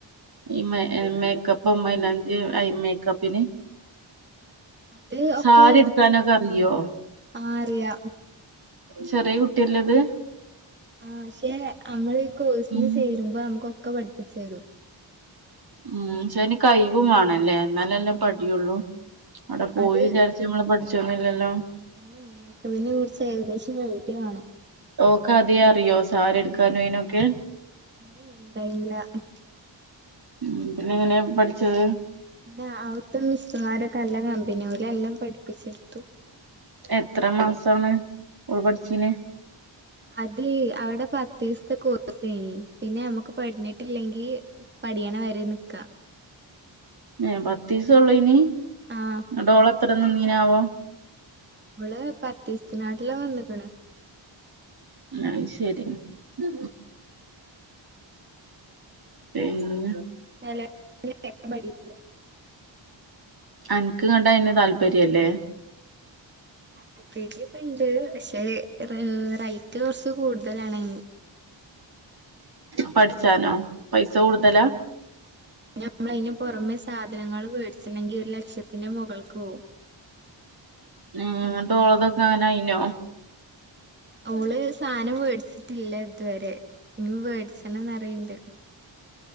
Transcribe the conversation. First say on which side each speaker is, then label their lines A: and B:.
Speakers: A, on the right; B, on the right.
A: ഈമെ മേക്കെപ്പും മൈലാഞ്ചി അയ് മേക്കപ്പിന്?
B: അത് ഒക്കെ
A: സാരി ഇട്ക്കാനൊക്കെ അറിയോ
B: ആഹ് അറിയാം
A: ചെറിയെ കുട്ടിയല്ലെ അത്?
B: ആഹ് ശെ അമ്മളീ കോഴ്സിന്
A: ഉം
B: ചേരുമ്പോ ഞമുക്കൊക്കെ പഠിപ്പിച്ച് തെരും.
A: ഉം ശേ അയ്ന് കയ് വും വാണംലെ ഇന്നാലല്ലെ പടിയൊള്ളു. അവിടെ പോയി
B: അത്
A: വിജാരിച്ച് ഞമ്മള് പഠിച്ചൊന്നുല്ലല്ലോ.
B: ഏഹ് മെയ്ക്കപ്പിനെ കുർച്ച് ഏകദേശം ഒരഐടിയവാണം.
A: ഓക്ക് ആദ്ദേ അറിയോ സാരി ഇട്ക്കാനും അയ്നൊക്കെ?
B: <inaudible>
A: ഉ പിന്നെ എങ്ങനെ പഠിച്ചത്
B: പിന്നെ അവിടുത്തെ മിസ്റ്റുമാരൊക്കെ എല്ലാം കമ്പനിയാവല എല്ലാം പഠിപ്പിച്ചെടുത്തു
A: എത്ര മാസമാണ് ഉൾപടിച്ചീന്
B: അതെ അവിടെ പത് ദിവസത്തെ കോഴ്സ പിന്നെ നമ്മുക്ക് പഠഞ്ഞിട്ടില്ലെങ്കിൽ പഠിയണ വരെ നിക്ക
A: ഏ പത്തീസഉള്ളിനി
B: ആഹ
A: ഡോള് എത്ര നിനിന്ന് ആവോ
B: ഓൾ പത്തേസ്നാട്ടില വന്നിക്കണ്
A: അയ്ശരി മ് പിന്നെ
B: സാലക്ക <inaudible> പയില്ല
A: അനിക്ക് കണ്ട അയിന് താല്പര്യം ഇല്ലേ
B: താല്പര്യ ഒക്കെ ഉണ്ട് പക്ഷേ റേറ്റ് കുറച്ച് കൂടുതലാണന്
A: പഠിച്ചാനോ പൈസ കൂടുതല
B: നമ്മളതിന് പുറമെ സാധനങ്ങൾ മേടിച്ചണ്ടെങ്കിൽ ഒരു ലക്ഷത്തിന്റെ മുകൾക്ക് പോവും
A: മ് എന്നിട് ഓൾടെതൊക്കെ അങ്ങനെ അയിനോ
B: ആഹ ഓള് സാധനം വേടിച്ചിട്ടില്ല ഇതുവരെ ഇനി വേടിച്ചണം എന്ന് പറയുന്നുണ്ട്